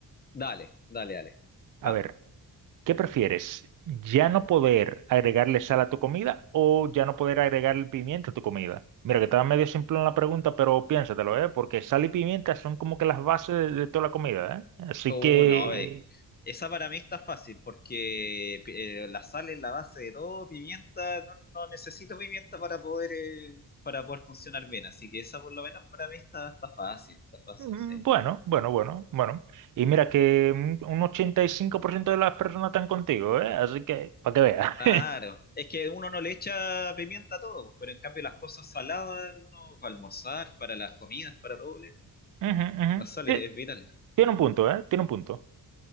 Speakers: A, on the left; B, on the right.
A: Dale, dale, dale.
B: A
A: Va.
B: ver, ¿qué prefieres? ¿Ya no poder agregarle sal a tu comida o ya no poder agregarle pimienta a tu comida? Mira, que estaba medio simple en la pregunta, pero piénsatelo, ¿eh? Porque sal y pimienta son como que las bases de, de toda la comida, ¿eh? Así
A: Uh,
B: que,
A: no, eh. Esa para mí está fácil porque eh, la sal es la base de todo. Pimienta, no, no necesito pimienta para poder, eh, para poder funcionar bien. Así que esa por lo menos para mí está, está fácil, está fácil,
B: mm,
A: sí.
B: bueno, bueno, bueno, bueno. Y mira que un un 85% de las personas están contigo, ¿eh? Así que, para que veas.
A: Claro,
B: <laughs>
A: es que uno no le echa pimienta a todo, pero en cambio las cosas saladas, uno para almorzar, para las comidas, para todo, le-
B: Ujú, ujú.
A: las sales
B: Ti-
A: es vital.
B: Tiene un punto, ¿eh? Tiene un punto.